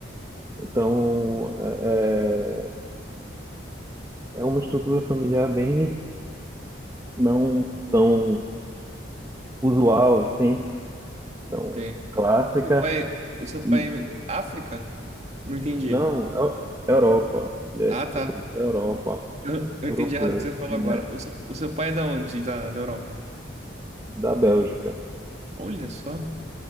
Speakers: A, on the right; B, on the right.
A: Então, é, é é uma estrutura familiar bem não tão usual, assim,
B: entendo.
A: tão clássica.
B: O seu pai, o seu
A: E,
B: pai é África? Não entendi.
A: não, é Europa. Ele é,
B: Ah, tá.
A: ele é da Europa,
B: Eu, eu
A: europeu,
B: entendi errado o que você falou
A: ele
B: agora.
A: é
B: O seu, o seu pai é da onde? Da, da Europa?
A: da Bélgica.
B: Olha só.